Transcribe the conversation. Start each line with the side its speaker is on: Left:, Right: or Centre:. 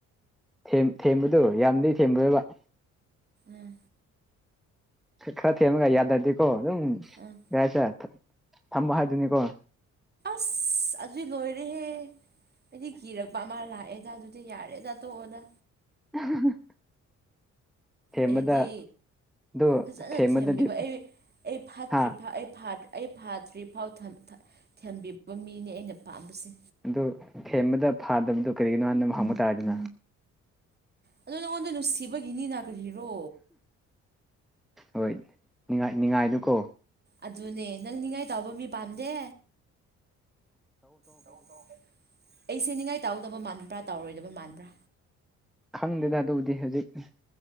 Centre: ꯊꯦꯝ ꯊꯦꯝꯕꯗꯨ ꯌꯥꯝꯗꯤ ꯊꯦꯝꯕ꯭ꯔꯕ
Right: ꯑꯥ
Centre: ꯈꯈ ꯊꯦꯝꯃꯒ ꯌꯥꯗꯗꯤꯀꯣ ꯑꯗꯨꯝ
Right: ꯎꯝ
Centre: ꯀꯩ ꯍꯥꯏꯁꯦ ꯊꯠ ꯊꯝꯕ ꯍꯥꯏꯗꯨꯅꯤꯀꯣ
Right: ꯑꯁ ꯑꯗꯨꯏ ꯂꯣꯏꯔꯦꯍꯦ ꯑꯩꯗꯤ ꯀꯤꯔꯕ__ ꯄꯥ ꯃꯥ ꯂꯥꯛꯑꯦꯗ ꯑꯗꯨꯗꯤ ꯌꯥꯔꯦꯗ ꯇꯣꯛꯑꯣꯗ
Centre: <unintelligible> ꯊꯦꯝꯕꯗ
Right: ꯑꯩꯗꯤ
Centre: ꯑꯗꯨ
Right: ꯐꯖꯅ
Centre: ꯊꯦꯝꯕꯗꯗꯤ
Right: ꯊꯦꯝꯕꯤꯕ ꯑꯩ ꯑꯩ ꯐꯥꯠꯇ꯭ꯔꯤꯐꯥ
Centre: ꯍꯥ
Right: ꯑꯩ ꯐꯥ__ ꯑꯩ ꯐꯥꯗ꯭ꯔꯤ ꯐꯥꯎ ꯊꯝ ꯊ ꯊꯦꯝꯕꯤꯕ ꯃꯤꯅꯦ ꯑꯩꯅ ꯄꯥꯝꯕꯁꯦ
Centre: ꯑꯗꯨ ꯊꯦꯝꯕꯗ ꯐꯥꯗꯕꯤꯗꯣ ꯀꯔꯤꯒꯤꯅꯣ ꯍꯥꯏꯅ ꯑꯃ ꯍꯪꯕ ꯇꯥꯔꯦꯗꯅ
Right: ꯑꯗꯣ ꯅꯪꯉꯣꯟꯗ ꯅꯨꯡꯁꯤꯕꯒꯤꯅꯤ ꯅꯥ ꯀꯔꯤꯔꯣ
Centre: ꯍꯣꯏ ꯅꯤꯉꯥꯏ ꯅꯤꯡꯉꯥꯏꯗꯨꯀꯣ
Right: ꯑꯗꯨꯅꯦ ꯅꯪ ꯅꯤꯡꯉꯥꯏ ꯇꯥꯎꯕ ꯃꯤ ꯄꯥꯝꯗꯦ ꯇꯧ ꯇꯧ ꯐꯩ ꯑꯩꯁꯦ ꯅꯤꯡꯉꯥꯏ ꯇꯥꯎꯗꯕ ꯃꯥꯟꯕ꯭ꯔꯥ ꯇꯥꯎꯔꯣꯏꯗꯕ ꯃꯥꯟꯕ꯭ꯔꯥ
Centre: ꯈꯪꯗꯦꯗ ꯑꯗꯨꯕꯨꯗꯤ ꯍꯧꯖꯤꯛ ꯑꯨꯝꯍ